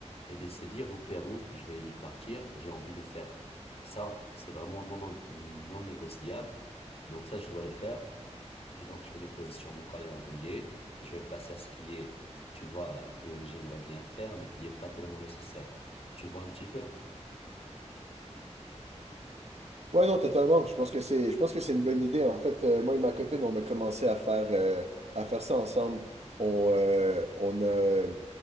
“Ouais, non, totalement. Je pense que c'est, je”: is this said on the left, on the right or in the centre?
Right